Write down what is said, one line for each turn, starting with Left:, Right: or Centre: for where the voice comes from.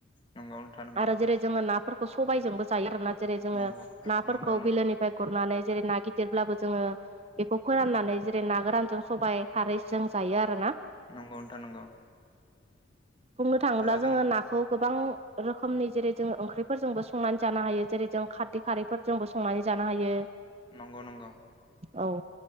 Left: नंगौ नोंथां
Right: आरो जेरै जोङो नाफोरखौ सबायजोंबो जायो आरोना जेरै
Left: नंगौ
Right: जोङो नाफोरखौ
Left: नंगौ नंगौ
Right: बिलोनि। गुरनानै जेरै ना गिदिरब्लाबो जोङो। बेखौ फोराननानै जेरै ना गोरानजों सबाइ खारै जों जायो आरो ना।
Left: नंगौ नोंथां नंगौ‌।
Right: बुंनो थाङोब्ला
Left: जों
Right: जोङो नाखौ गोबां रोखोमनि जेरै जोङो ओंख्रि फोरजोंबो संनानै जानो हायो जेरै जों खारदै खारैफोरजोंबो संनानै जानो हायो
Left: नंगौ नंगौ
Right: औ